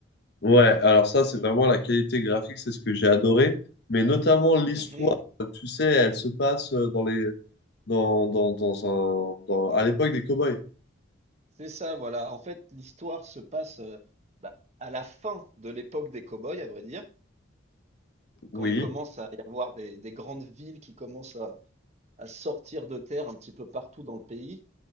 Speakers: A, on the left; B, on the right.
A: Ouais, alors ça, c'est vraiment la qualité graphique, c'est ce que j'ai adoré. Mais notamment l'histoire,
B: Mhm.
A: tu sais, elle se passe euh, dans les... Dans, dans, dans un, dans, à l'époque des cow-boys.
B: C'est ça, voilà. En fait, l'histoire se passe euh, bah, à la fin de l'époque des cow-boys, à vrai dire,
A: Oui.
B: quand il commence à y avoir des, des grandes villes qui commencent à, à sortir de terre un petit peu partout dans le pays.